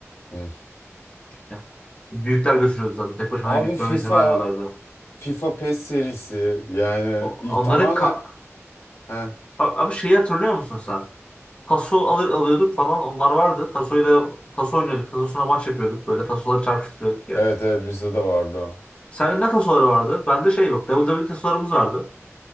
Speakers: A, on the left (about 65°); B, on the left (about 25°).
A: Hı.
B: Ya, büyükler götürüyordu zaten. Tek başıma
A: Abi
B: gitmeme
A: FIFA,
B: izin vermiyorlardı.
A: FIFA PES serisi yani
B: O-
A: ilk
B: Onların
A: tamamen
B: ka-
A: Heh,
B: A- abi şeyi hatırlıyor musun sen? Taso alır, alıyorduk falan onlar vardı. Tasoyla taso oynuyorduk. Tasosuna maç yapıyorduk böyle. Tasoları çarpıştırıyorduk ya.
A: evet evet bizde de vardı o.
B: Senin ne tasoları vardı? Bende şey yok. WWE tasolarımız vardı